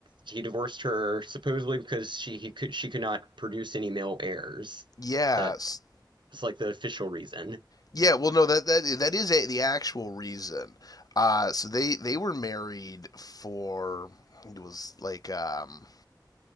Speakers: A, on the right; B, on the left.
A: he divorced her supposedly because she he could she could not produce any male heirs.
B: Yes.
A: That was like the official reason.
B: Yeah. Well, no. That that that is a, the actual reason. Uh, so they they were married for it was like um,